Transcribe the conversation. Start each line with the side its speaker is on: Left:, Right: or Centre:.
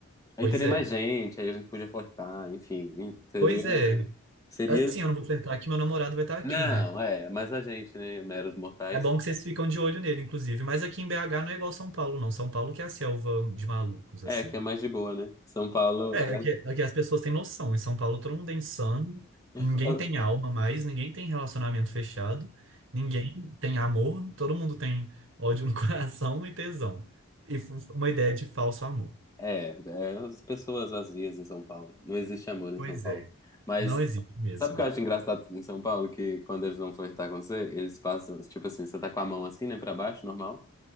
Left: Aí
Right: Pois
Left: teria
Right: é.
Left: mais gente, aí a gente podia flertar, enfim. Seria.
Right: Pois é.
Left: Seria
Right: Assim, eu não vou flertar que meu namorado vai estar aqui,
Left: Não,
Right: né?
Left: é, mas a gente, né, meros mortais,
Right: É bom que vocês ficam de olho nele, inclusive. Mas aqui em BH não é igual São Paulo, não. São Paulo que é a selva de malucos,
Left: é
Right: assim.
Left: que é mais de boa, né? São Paulo,
Right: É, aqui, aqui as pessoas têm noção. Em São Paulo todo mundo é insano,
Left: <laughs>
Right: ninguém tem alma mais, ninguém tem relacionamento fechado, ninguém tem amor, todo mundo tem ódio no <laughs> coração e tesão. E f- uma ideia de falso amor.
Left: é, é, as pessoas vazias em São Paulo. Não existe amor em
Right: Pois
Left: São Paulo.
Right: é,
Left: Mas
Right: não existe mesmo.
Left: sabe o que eu acho engraçado em São Paulo? Que quando eles vão flertar com você, eles passam, tipo assim, você tá com a mão assim, né, pra baixo, normal.